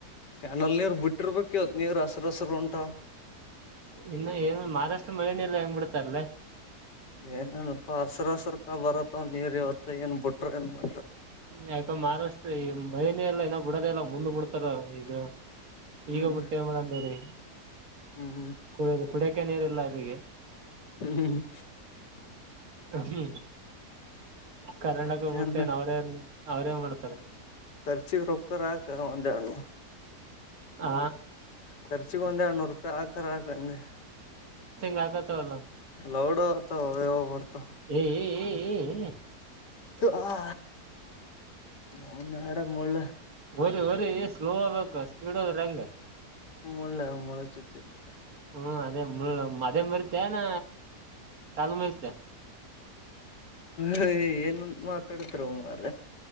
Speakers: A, on the left (about 85°); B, on the right (about 60°).
A: ಕ್ಯನಲ್ ನೀರು ಬಿಟ್ಟಿರ್ಬೇಕು ಇವತ್ ನೀರು ಹಸರು ಹಸರು ಉಂಟಾ
B: ಇನ್ನು ಏನು ಮಹಾರಾಷ್ಟ್ರ ಮಳನಲ್ಲ ಹಂಗ್ ಬಿಿಡ್ತಾರಲ್ಲ.
A: ಏನೇನಪಾ ಹಸ್ರ ಹಸರು ಕಳ ಬರತ್ವ ನೀವರ್ ಇವತ್ತು ಏನ್ ಬಿಟ್ರ ಏನ್ ಮಾಡ್ರಿ.
B: ಯಾಕ ಮಾಹರಾಷ್ಟ ಈ ಮಹನಿ ಎಲ್ಲಾ ಇನ್ನೋ ಬಿಡದೆ ಎಲ್ಲ ಮುಂದ ಬಿಡ್ತಾರ ಈಗ.
A: ಹ್ಮ್
B: ಈಗ ಬಿುಟ್ಟೆ ಮಂದೇರಿ
A: ಹ್ಮ್
B: ಕುಡಿಯ ಕುಡಕ ನೀರುಲ್ಲ ಅಲ್ಲಿಗೆ.
A: ಹೂ
B: ಹೂ ಕರ್ಡಕೋಗಬಟ್ಟೇನ್
A: ಮತ್ತೇನ್
B: ಅವ್ರೇನ್ ಅವ್ರೇನ್ ಮಾಡ್ತಾರೆ.
A: ಕರ್ಚ ರೊಕ್ಕರ ಆಕ ಒಂದಣ್ಣ.
B: ಹ.
A: ಖರ್ಚಗ ಒಂದ್ ಎರಡುನೂರು ರೂಪಾಯಿ ಆಾಕರಕಂದೆ.
B: ಹಾಕತವಲ್ಲ.
A: ಲೌಡ್ ಅತ ಹವವ ಬರ್ತ.
B: ಹೇ ಹೇ
A: ಆ ಮನ್ಾಡ ಮುಳ್ಳು
B: ರಿ ರಿ ಸ್ಲೋ ಆ್ಬೇಕ ಸ್ಪೀಡ್ ಹದ್ರ ಹೆಂಗ್
A: ಮುಳ್ಳ ಮುಳ್ಳ ಚುಚ್ಚತ್ತು
B: ಹೂ ಅದೇ ಮುಳ್ಳ ಅದೇ ಮರಿತೆ ನ ಕಾಲ ಮರಿತೆ
A: ಹ ಏನು ಮಾತಾಡ್ತಾರ ಉಮ್ಮಾರ